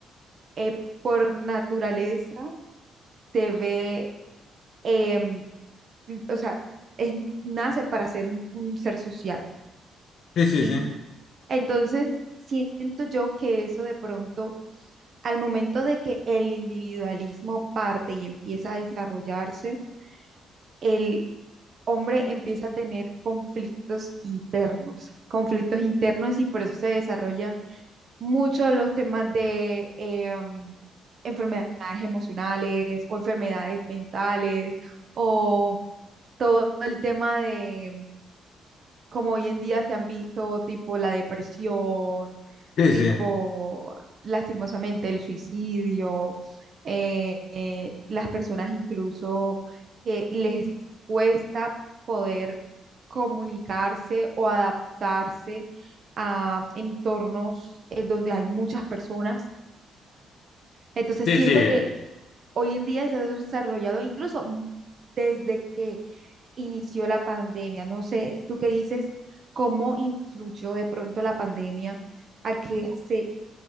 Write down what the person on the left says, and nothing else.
Sí, sí,
sí,
sí,
sí,
sí,
sí,